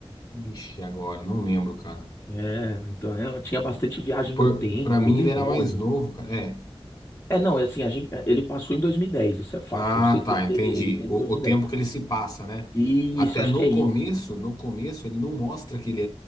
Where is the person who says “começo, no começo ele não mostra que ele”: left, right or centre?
Left